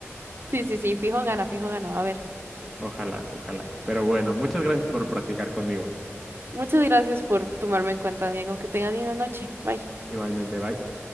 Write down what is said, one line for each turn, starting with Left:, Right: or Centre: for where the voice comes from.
Right: Sí, sí, sí, fijo gana, fijo gana. Va a ver.
Centre: Ojalá, ojalá. Pero bueno, muchas gracias por practicar conmigo.
Right: Muchas gracias por tomarme en cuenta, Diego. Que tengan linda noche. Bye.
Centre: Igualmente, bye.